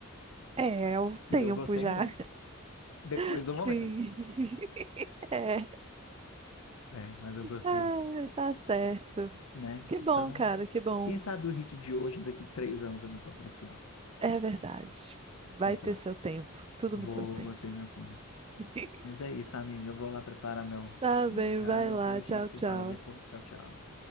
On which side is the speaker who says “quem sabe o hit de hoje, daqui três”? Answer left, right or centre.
Left